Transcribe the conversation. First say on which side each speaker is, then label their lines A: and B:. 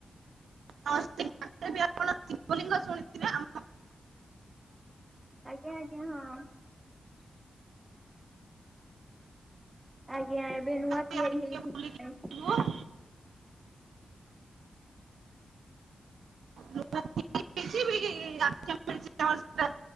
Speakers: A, on the right (about 85°); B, on the right (about 15°).
A: ହଁ ସେ ଗାଁ ରେ ବି ଆପଣ ଶିବଲିଙ୍ଗ ଶୁଣିଥିବେ ଆମ୍
B: ଆଜ୍ଞା ଆଜ୍ଞା ହଁ। ଆଜ୍ଞା ଏବେ ନୂଆ
A: ଟିକେ
B: ତିଆରି ହେଇଚି
A: ବୁଲିକି
B: <unintelligible>
A: ଯିବୁ। ନୂଆ ତିଆରି ହେଇଚି। <unintelligible> ଆମର ସେଟା